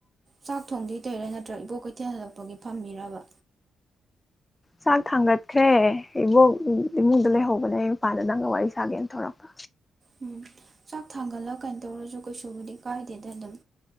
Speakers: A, on the right; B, on the left.
A: ꯆꯥꯛ ꯊꯣꯡꯗꯩ ꯇꯩꯏꯔꯣ ꯅꯠꯇ꯭ꯔ ꯏꯕꯣꯛ ꯀꯩꯊꯦꯜ ꯍꯜꯂꯛꯄꯒꯤ ꯐꯝꯃꯤꯔꯕ
B: ꯆꯥꯛ ꯊꯥꯡꯒꯠꯈ꯭ꯔꯦ ꯏꯕꯣꯛ ꯏꯃꯨꯡꯗ ꯂꯩꯍꯧꯕꯅꯦ ꯑꯩ ꯃꯄꯥꯟꯗ ꯅꯪꯒ ꯋꯥꯔꯤ ꯁꯥꯒꯦꯅ ꯊꯣꯔꯛꯄ
A: ꯎꯝ ꯆꯥꯛ ꯊꯥꯡꯒꯠꯂ ꯀꯩꯟ ꯇꯧꯔꯁꯨ ꯀꯩꯁꯨꯕꯨꯗꯤ ꯀꯥꯏꯗꯦꯗ ꯗꯨꯝ